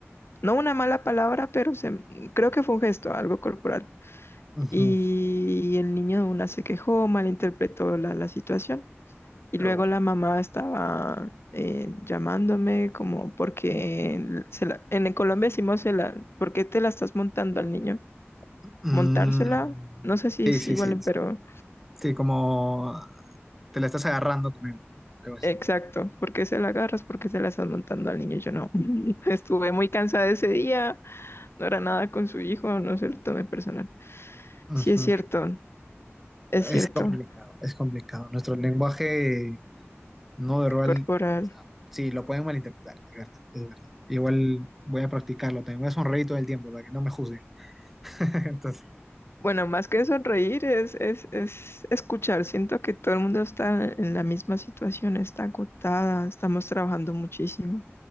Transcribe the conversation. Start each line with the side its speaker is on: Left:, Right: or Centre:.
Left: no una mala palabra, pero se, m- creo que fue un gesto, algo corporal.
Centre: ujú.
Left: Y el niño de una se quejó, malinterpretó la, la situación. Y
Centre: Pero
Left: luego
Centre: bueno.
Left: la mamá estaba eh, llamándome como porque se la- en Colombia decimos, se la, ¿por qué te la estás montando al niño?
Centre: Mm,
Left: Montársela, no sé si
Centre: sí,
Left: es
Centre: sí,
Left: igual,
Centre: sí, sí.
Left: pero...
Centre: Sí, como te la estás agarrando con él, ¿no? Algo así.
Left: Exacto, porque se la agarras? porque se la estás montando al niño? Yo no. <laughs> Estuve muy cansada ese día, no era nada con su hijo, no se lo tomé personal.
Centre: Ujú.
Left: Sí, es cierto,
Centre: Es
Left: es cierto,
Centre: complicado, es complicado. Nuestro lenguaje no verbal,
Left: corporal.
Centre: o sea, sí, lo pueden malinterpretar, es verdad, es verdad. Igual voy a practicarlo también, voy a sonreír todo el tiempo para que no me juzguen. <laughs> Entonces,
Left: Bueno, más que sonreír es, es, es escuchar. Siento que todo el mundo está en la misma situación, está agotada, estamos trabajando muchísimo.